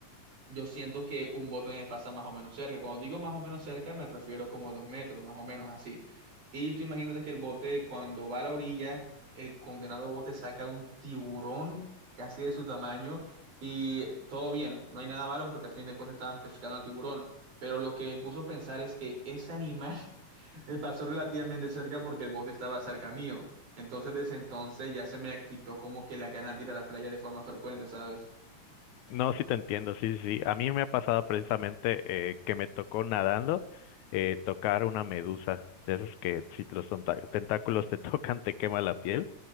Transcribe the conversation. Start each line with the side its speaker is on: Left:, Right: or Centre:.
Right: yo siento que un bote me pasa más o menos cerca. Cuando digo más o menos cerca, me refiero como dos metros, más o menos así. Y tú imagínate que el bote, cuando va a la orilla, el condenado bote saca un tiburón casi de su tamaño y todo bien, no hay nada malo porque al fin de cuentas estaban pescando al tiburón. Pero lo que me puso a pensar es que ese animal <laughs> me pasó relativamente cerca porque el bote estaba cerca mío. Entonces, desde entonces ya se me quitó como que la ganas de ir a la playa de forma frecuente, ¿sabes?
Left: No, sí te entiendo, sí, sí. sí. A mí me ha pasado precisamente eh, que me tocó nadando eh, tocar una medusa, de esas que si los tonta- tentáculos te <laughs> tocan te quema la piel.